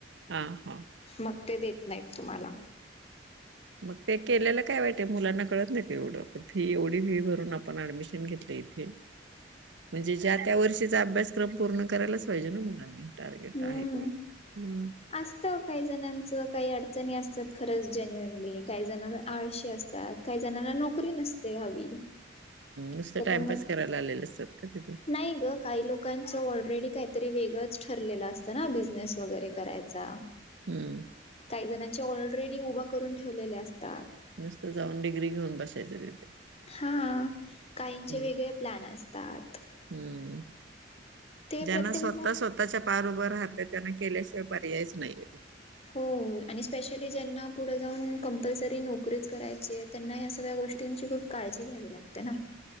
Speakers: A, on the right; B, on the left.
A: हा हा
B: मग ते देत नाहीत तूम्हला.
A: मग ते केलेला काय वाईट आहे मुलांना कळत नाही का एवढं फी एवढी फी भरून ऍडमिशन घेतलं ईथे.
B: ह <inaudible>
A: म्हणजे ज्या त्या वर्षीचा अभ्यासक्रम पूर्ण करायलाच पाहिजे ना मुलांनी टार्गेट
B: हम्म
A: आहे ते हम्म
B: असत काही जणांचं काही अडचणी असतात खरंच जेन्युअनली काही जण आळशी असतात. काही जणांना नोकरी नसते हवी.
A: नुसतं
B: त्याच्यामुळे
A: टाइमपास करायला असतात का तिथून
B: नाही ग काही लोक. लोकांच ऑलरेडी काहीतरी ठरलेलं असतं ना बिझनेस वगैरे करायचा.
A: हम्म
B: काही जणांचे ऑलरेडी उभा करून ठेवलेले असतात.
A: नुसतं जाऊन डिग्री घेऊन बसायचं तिथे.
B: हा काहींचे
A: हम्म
B: वेगळे प्लॅन असतात.
A: हम्म
B: ते
A: ज्यांना
B: प्रत्येक
A: स्वतः
B: जण
A: स्व- - स्वतःच्या पाया वर हूबा राहते त्याना केल्याशिवाय पर्यायच नाहीय.
B: हो आणि स्पेशली ज्यांना पुढे जाऊन कॉम्पल्सरी नोकरीच करायची आहेत. त्यांना या सगळ्या गोष्टींची खूप काळजी घ्यावी लागते ना.